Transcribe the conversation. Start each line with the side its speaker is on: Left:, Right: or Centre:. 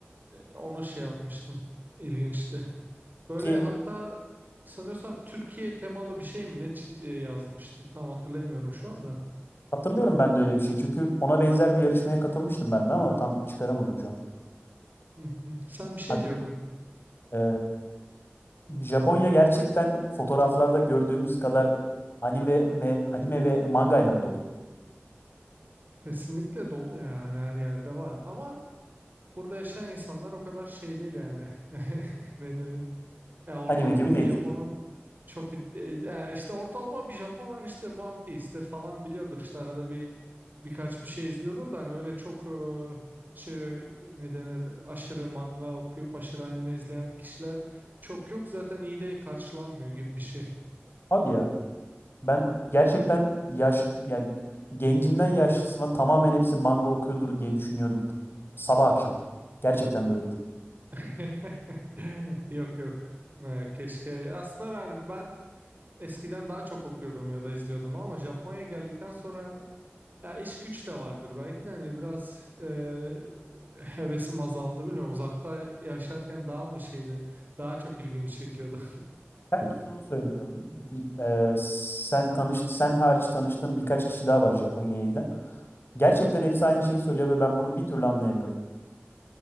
Right: e, onu şey yapmıştım. İlginçti. Böyle
Left: Peki
Right: hatta sanıyorsam Türkiye temalı bir şey mi ne çi- e, yazmıştı tam hatırlayamıyorum şu anda.
Left: hatırlıyorum ben de öyle bir şey. Çünkü ona benzer bir yarışmaya katılmıştım ben de ama tam çıkaramadım şu an.
Right: Hı hı. Sen bir şey
Left: Bak,
Right: diyordun.
Left: e, Japonya gerçekten fotoğraflarda gördüğümüz kadar anime, me- anime ve manga ile mi dolu?
Right: Kesinlikle dolu ya hani her yerde var ama burada yaşayan insanlar o kadar şey değil yani. <laughs> Ne Ya ortalama
Left: Anime gibi değil.
Right: bir Japon'un çok e, e, işte ortalama bir Japon hani işte One Piece'tir falan biliyordur işte arada bir birkaç bir şey izliyordur da hani öyle çok e, şey ne denir aşırı manga okuyup aşırı anime izleyen kişiler çok yok zaten iyi de karşılanmıyor gibi bir şey.
Left: Hadi ya. Ben gerçekten yaş ya gencinden yaşlısına tamamen hepsi manga okuyordur diye düşünüyordum. Sabah akşam. Gerçekten böyleydi.
Right: <laughs> Yok yok. Ee, keşke aslında ben ben eskiden daha çok okuyordum ya da izliyordum ama Japonya'ya geldikten sonra Ya iş güç de vardır belki de hani biraz e, hevesim azaldı bilmiyorum. Uzakta yaşarken daha mı şeydi? Daha çok ilgimi çekiyordu.
Left: Herkes onu söylüyor. Bir- e, sen tanış sen hariç tanıştığım birkaç kişi daha var Japonya'ya giden. Gerçekten hepsi aynı şeyi söylüyor ve ben bunu bir türlü anlayamıyorum.